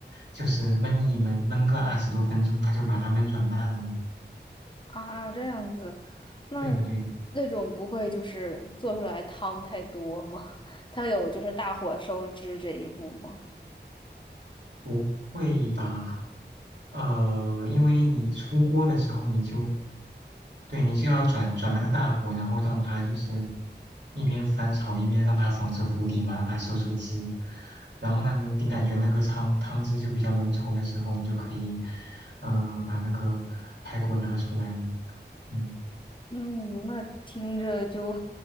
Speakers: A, on the right; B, on the left.
A: 就是焖一焖，焖个二十多分钟，它就把它焖软烂了嘛。
B: 啊，这样子，那
A: 对的，对的，
B: 那种不会就是做出来汤太多吗？<laughs> 它有就是大火收汁这一步吗？
A: 不会吧？呃，因为你出锅的时候，你就对你就要转转那个大火，然后让它就是一边翻炒一边让它防止糊底嘛，让它收收汁。然后呢，你你感觉那个汤汤汁就比较浓稠的时候，你就可以，嗯、把那个排骨拿出来了。嗯，
B: 嗯，那听着就，